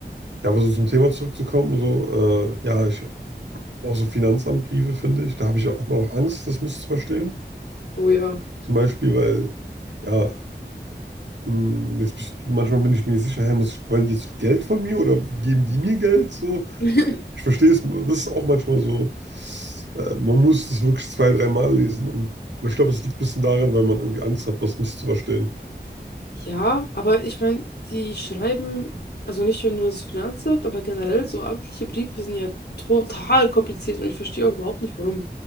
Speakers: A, on the right; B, on the left.
A: Ja, aber so zum Thema zurückzukommen, so, äh, ja, ich, auch so Finanzamtbriefe, finde ich, da habe ich auch, hat man auch Angst, das misszuverstehen.
B: Oh ja.
A: Zum Beispiel, weil, ja, mh, jetzt bist, du, manchmal bin ich mir nicht sicher, hä, muss ich, wollen die jetzt noch Geld von mir oder geben die mir Geld, so?
B: <laughs>
A: Ich verstehe es, das ist auch manchmal so, äh, man muss das wirklich zwei, dreimal lesen. Und, aber ich glaube, es liegt ein bisschen daran, weil man irgendwie Angst hat, was misszuverstehen.
B: Ja, aber ich meine, die schreiben, also nicht nur das Finanzamt, aber generell so amtliche Briefe sind ja total kompliziert und ich verstehe auch überhaupt nicht, warum.